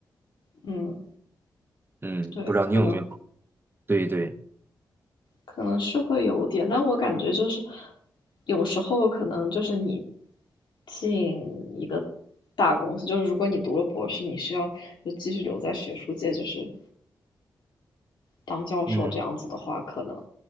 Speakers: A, on the left; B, on the right.
A: 嗯。
B: 嗯，
A: 对，
B: 不知道你有没有？
A: 可能
B: 对对，
A: 可能是会有点，但我感觉就是有时候可能就是你进一个大公司，就是如果你读了博士，你是要就继续留在学术界，就是当教授这样子的话，
B: 嗯，
A: 可能